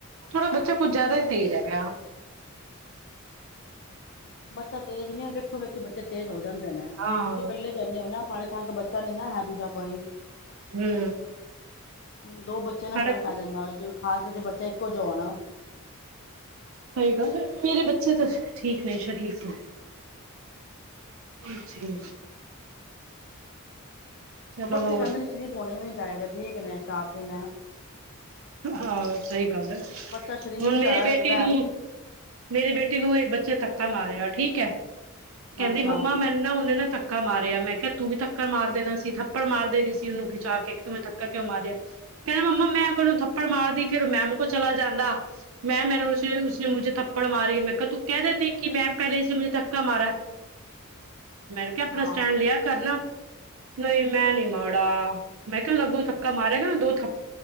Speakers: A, on the right; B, on the left.
A: ਥੋੜਾ ਬੱਚਾ ਕੁੱ ਜ਼ਿਆਦਾ ਹੀ ਤੇਜ ਹੈਗੈ।
B: ਬੱਚਾ ਤੇਜ਼ ਨੀ ਹੈ ਵੇਖੋ ਵੇਖੀ ਬੱਚੇ ਤੇਜ਼ ਹੋ ਜਾਂਦੇ ਨੇ
A: ਹਾਂ,
B: ਤੁਸੀਂ ਇਕੱਲੇ ਜਾਂਦੇ ਹੋ ਨਾ ਮ ਹੱਲੇ ਕੋਈ ਬੱਚਾ ਨੀ ਨਾ ਹੈ ਦੂਜਾ ਕੋਈ
A: ਹੂੰ
B: ਦੋ ਬੱਚਿਆਂ ਨਾਲ
A: ਸਾਡੇ
B: ਫਰਕ ਪੈ ਜਾਂਦਾ ਵਾ ਖਾਸ ਕਰ ਜੇ ਬੱਚੇ ਇੱਕੋ ਜੇ ਹੋਣ।
A: ਸਹੀ ਗੱਲ, ਮੇਰੇ ਬੱਚੇ ਤਾਂ ਠੀਕ ਨੇ ਸ਼ਰੀਫ ਨੇ ਹਾਂਜੀ।
B: ਹੂੰ
A: ਚਲੋ
B: ਬੱਚੇ
A: ਹੋਰ
B: ਕਹਿੰਦੇ ਨੇ ਸ਼ਰੀਫ ਹੋਣੇ ਵੀ ਨੀ ਚਾਹੀਦੇ ਠੀਕ ਨੇ ਸ਼ਰਾਰਤੀ ਨੇ।
A: ਹਾਂ ਸਹੀ ਗੱਲ ਏ,
B: ਬੱਚਾ ਸ਼ਰੀਫ
A: ਹੁਣ
B: ਹੀ ਚੜਾ
A: ਮੇਰੀ
B: ਲੱਗਦਾ
A: ਬੇਟੀ ਨੂੰ ਮੇਰੇ ਬੇਟੀ ਨੂੰ ਇਕ ਬੱਚੇ ਧੱਕਾ ਮਾਰਿਆ ਠੀਕ ਹੈ ਕਹਿੰਦੀ
B: ਅੱਛਾ
A: ਮੰਮਾ ਮੈ ਨਾ ਉਹਨੇ ਧੱਕ ਧੱਕਾ ਮਾਰਿਆ, ਮੈਂ ਕਿਹਾ ਤੂੰ ਵੀ ਧੱਕਾ ਮਾਰ ਦੇਣਾ ਸੀ ਥੱਪੜ ਮਾਰ ਦੇਣੀ ਸੀ ਉਹਨੂੰ ਖਿਚਾ ਕੇ ਤੂੰ ਮੈਂਨੂੰ ਧੱਕਾ ਕਿਉਂ ਮਾਰਿਆ। ਕਹਿੰਦੇ ਮੰਮਾ ਮੈਂ ਅਗਰ ੳਨੂੰ ਥੱਪੜ ਮਾਰਦੀ ਫੇਰ ੳਹ ਮੈਮ ਕੋਲ ਚਲਾ ਜਾਂਦਾ ਮੈਂ ਮੈਂ ਉਸੇ ਮੁੇ ਥੱਪੜ ਮਾਰੀ ਮੈਂ ਕਿਹਾ ਤੂੰ ਕਹਿ ਦਿੰਦੀ ਕਿ ਮੈਂ ਪਹਿਲੇ ਇਸੇ ਮੁੇ ਧਥੱਕਾ ਮਾਰਾ ਮੈਂ ਕਿਹਾ ਆਪਣਾ
B: ਹਾਂ
A: ਸਟੈਂਡ ਲਿਆ ਕਰਨਾ ਨਹੀਂ ਮੈਂ ਨੀ ਮਾੜਾ ਮੈਂ ਕਿਹਾ ਅੱਗੂ ਥੱਕਾ ਮਾਰਿਆ ਕਹਿੰ ਦੋ ਥੱਕ